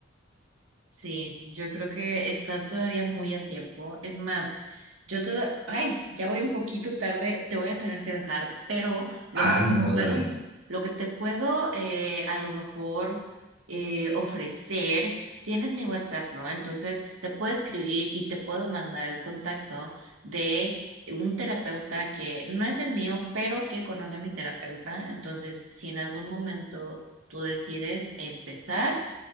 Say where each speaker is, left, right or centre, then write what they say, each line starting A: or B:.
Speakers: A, on the right; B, on the right.
A: Sí, yo creo que estás todavía muy a tiempo. Es más, yo te... Ay, ya voy un poquito tarde, te voy a tener que dejar, pero lo
B: Ay,
A: que te
B: no,
A: puedo,
B: dale.
A: lo que te puedo eh, a lo mejor eh, ofrecer, tienes mi WhatsApp, ¿no? Entonces te puedo escribir y te puedo mandar el contacto de un terapeuta que no es el mío, pero que conoce a mi terapeuta. Entonces, si en algún momento tú decides empezar